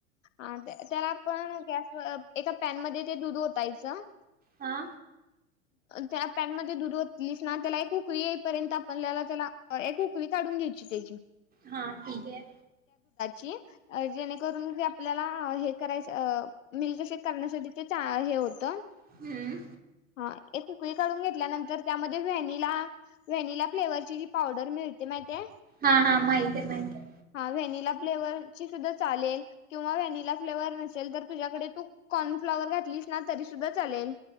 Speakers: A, on the left; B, on the right.
A: अ त्याला आपण गॅसवर एका पॅनमध्ये ते दूध ओ तायचं.
B: हा
A: त्या पॅनमध्येध्ये दूध ओतलीस ना त्याला एक उकळी येईपर्यंत आपत्याला त्याला एक उकळी काढून घ्यायची. तेजू
B: हा ठीकाय
A: की अ जेणेकरून ती आपल्याला आपल्याला हे करायच अ मिल्कशेक करण्यासाठी ते चा हे होत.
B: हम्म
A: हां एक उकळी काढून घेतल्यानंतर त्यामध्ये व्हनिला व्हॅनिला फ्लेवर ची जी पावडर मिळते माहिती हाय
B: हां हां माहिततमाहिते
A: व्हॅनिला फ्लेवर ची सुद्धा चालेल किंवा व्हॅनिला फ्लेवर नसेल तर तुझ्याकडे तू कॉर्न फ्लॉवर घातलीस ना तरीसुद्धा चालेल.